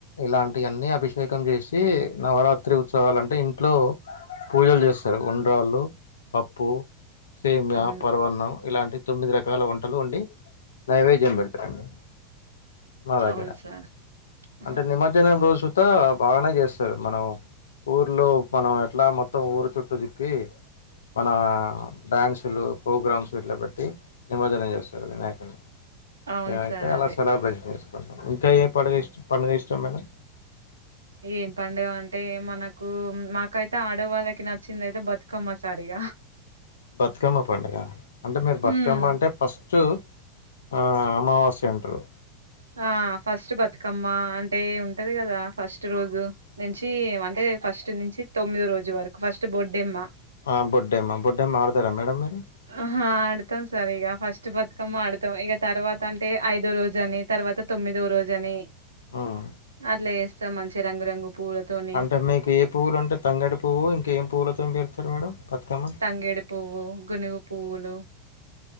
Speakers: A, on the left; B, on the right.
A: ఇలాంటి ఈ అన్ని అభిషేకం చేసి నవరాత్రి ఉత్సవలు అంటే ఇ ఇంట్లో పూజలు చేస్తారు ఉ రాళ్ళు పప్పు సేమ్యా,
B: అవును
A: పరమాన్నం ఇలాంటి తొమ్మిది రకాల వంటలు వండి నైవేద్యం పెడతరు మా దగ్గర
B: అవును సార్ ఆహా.
A: అంటే నిమజ్జనం రోజుత బాగానే చేస్త టార్ మనం ఊర్లో మనం ఎట్లా మొత్తం ఊరు చుట్టూ తిప్పి మన డ్యాన్సులు ప్రోగ్రామ్స్ ఇట్లా బట్టి నిమజ్జనం చేస్తారు వినాయకుని
B: అవును
A: నేను అయితే
B: సార్
A: అలా
B: అదే
A: సెలబ్రేట్ చేసుకు ఇంకా ఏం పడుగ ఇష్ట పండుగ ఇష్టం మేడం
B: ఏం పండుగ అంటే మనకు మాకైతే ఆడవాళ్ళకి నచ్చింది అయితే బతుకమ్మ సార్ ఇగ
A: బతుకమ్మ పండుగ అంటే మీరు బతుకమ్మ
B: ఉమ్
A: అంటే ఫస్ట్ ఆ అమావాస్య అంటారు
B: ఆ ఫస్ట్ బతుకమ్మ అంటే ఉంటది కదా ఫస్ట్ రోజు నుంచి ఏమంటే ఫస్ట్ నుంచి తొమ్మిది రోజు వరకు ఫస్ట్ బొడ్డెమ్మ
A: ఆ బొడ్డెమ్మ బొడ్డెమ్మ ఆడతారా మేడం మీరు
B: ఆహా ఆడతాం సార్ ఇగ చ్చు బతుకమ్మ ఆడతాం ఇగా తర్వాత అంటే ఐదో రోజు అనే తర్వాత తొమ్మిదో రోజు అని
A: ఉమ్.
B: అట్లా చేస్తా మంచి రంగురంగు పూలతోని
A: అంటే మీకు ఏ పువ్వులు అంటే తంగడి పువ్వు ఇంకేం పుల్లతో పెరుం <unintelligible> మేడం బతుకమ్మని
B: తంగేడి పువ్వు గునుగు పువ్వులు